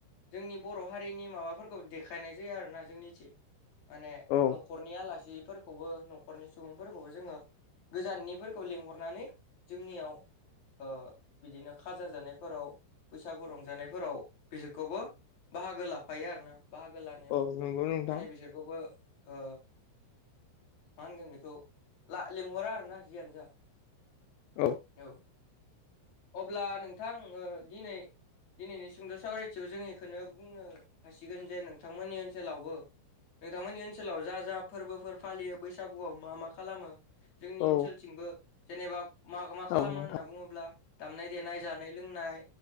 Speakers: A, on the left; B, on the left.
A: जोंनि बर' हारिनि माबाफोरखौ देखायनाय जायो आरोना जोंनिथिं। माने
B: औ
A: न'खरनि आलासिफोरखौबो न'खरनि सुबुंफोरखौबो जोङो गोजाननिफोरखौ लिंहरनानै जोंनियाव ओ बिदिनो खाजा जानायफोराव बैसागु रंजानायफोराव बिसोरखौबो बाहागो लाफायो आरोना बाहागो लानायाव
B: औ नंगौ नोंथां
A: माने बिसोरखौबो ओ मा होनगोन बेखौ ला लेंंहरा आरोना जियानो जा।
B: औ
A: औव अब्ला नोंथां ओ दिनै दिनैनि सुंद' सावरायथियाव जों बेखौनो बुंनो हासिगोन जे नोंथांमोननि ओनसोलावबो। नोंथांमोननि ओनसोलाव जा जा फोरबोफोर फालियो बैसागुआव मा मा खालामो जोंनि
B: औ
A: ओनसोलथिंबो जेनेबा मा मा खालामो
B: औ नोंथां
A: होनना बुङोब्ला दामनाय देनाय जानाय लोंनाय